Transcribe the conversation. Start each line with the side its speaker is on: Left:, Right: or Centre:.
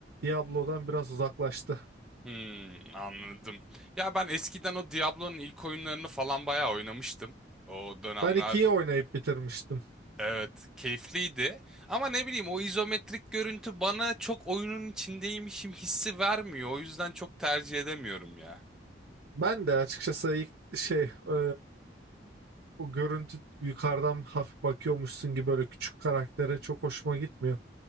Right: Diablo'dan biraz uzaklaştı.
Centre: Hmm, anladım. Ya ben eskiden o Diablo'nun ilk oyunlarını falan bayağı oynamıştım. O dönemler
Right: Ben 2'yi oynayıp bitirmiştim.
Centre: Evet, keyifliydi. Ama ne bileyim o izometrik görüntü bana çok oyunun içindeymişim hissi vermiyor. O yüzden çok tercih edemiyorum ya.
Right: Ben de açıkçası ilk şey eee, o görüntü yukarıdan hafif bakıyormuşsun gibi böyle küçük karaktere çok hoşuma gitmiyor.